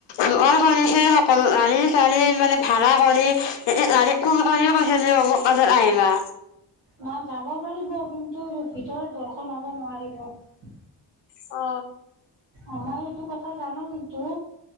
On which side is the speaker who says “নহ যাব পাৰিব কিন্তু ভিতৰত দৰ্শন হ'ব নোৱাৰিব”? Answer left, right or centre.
Right